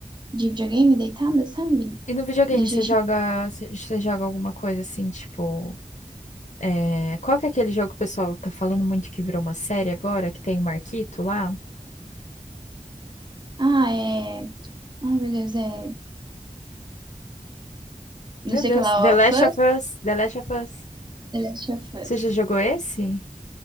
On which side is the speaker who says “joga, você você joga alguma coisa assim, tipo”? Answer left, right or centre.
Left